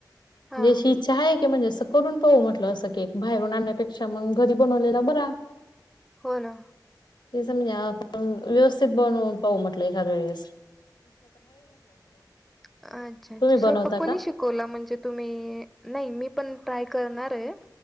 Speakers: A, in the centre; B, on the left.
A: हा
B: म्हणज अशी
A: हा
B: इच्छा आहे की म्हणजे अस करून पाहू म्हटलं असं की एक बाहेरून आणण्यापेक्षा मग घरी बनवलेला बरा
A: हो ना
B: ते सम व्यवसथितण पव लेखा वळीस
A: अच्छच्छ
B: तुम्ही
A: श
B: बनवता का?
A: म्हणजे तुम् नाही मी पणाय कर ते